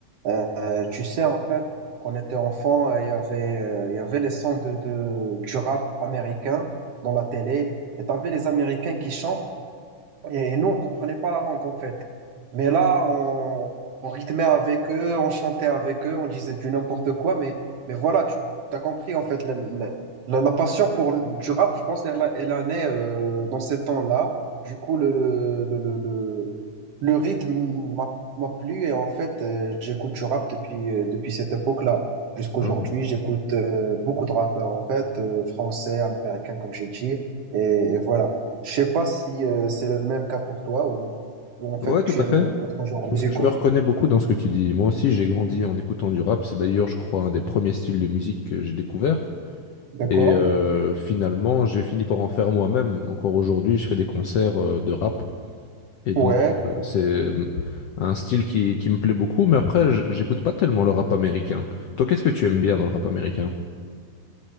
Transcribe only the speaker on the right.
Euh, tu sais, en fait, quand on était enfant, euh, il y avait, euh, il y avait les sons de, de, du rap américain dans la télé, et t'avais les Américains qui chantent, et, et nous, on comprenait pas la langue, en fait. Mais là, on, on rythmait avec eux, on chantait avec eux, on disait du n'importe quoi, mais, mais voilà, tu as compris, en fait, la, la, la- la passion pour l- du rap, je pense, elle, a- elle en est euh, dans ces temps-là. Du coup, le, le, le, le, le rythme m'a m'a plu et en fait, euh, j'écoute du rap depuis, euh, depuis cette époque-là. Jusqu'aujourd'hui,
j'écoute euh, beaucoup de rappeurs en fait, euh, français, américains comme j'ai dit. Et, et voilà. Je sais pas si euh, c'est le même cas pour toi ou, ou en fait
tu
aimes
euh, d'autres genres
musicaux.
D'accord?
Ouais,